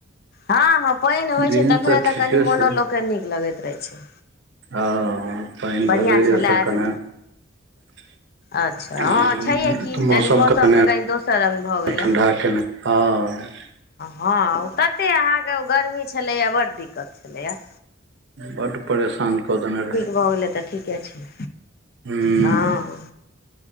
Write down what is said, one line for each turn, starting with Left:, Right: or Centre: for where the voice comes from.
Left: हाँ हाँ पाइन होइ
Right: दिन
Left: छै तखने तऽ
Right: ठीके
Left: कनि मोनो
Right: छै
Left: लोकके नीक लगैत रहै छै
Right: हँ पानि
Left: बढ़ियाॅं
Right: भेलैए
Left: छलय
Right: तऽ
Left: आजु
Right: कने <inaudible>
Left: अच्छा
Right: तऽ
Left: हाँ छैहे की तनी मौसम
Right: कने
Left: त कनि दोसर रंग भऽ गेलै
Right: ठंडा केने हँ
Left: हाँ तते अहाँके गर्मी छलैए बड्ड दिक्कत छलै ए
Right: बड परेशान कऽ देने रहय
Left: भऽ गेलै तऽ ठीके छै
Right: हू
Left: हँ